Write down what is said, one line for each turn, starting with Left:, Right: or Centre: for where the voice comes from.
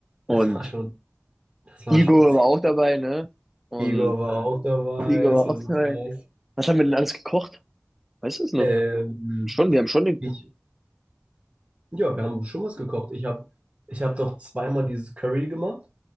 Centre: Und
Right: das war schon, das war
Centre: Igor
Right: schon sehr.
Centre: war auch dabei, ne? Und
Right: Igor war auch dabei,
Centre: Igor
Right: so
Centre: war
Right: sieht's
Centre: auch dabei.
Right: aus.
Centre: Was haben wir denn alles gekocht? Weißt du es noch?
Right: Ähm,
Centre: Schon, wir haben schon den.
Right: ich, ja, wir haben schon was gekocht. Ich habe ich hab doch zweimal dieses Curry gemacht,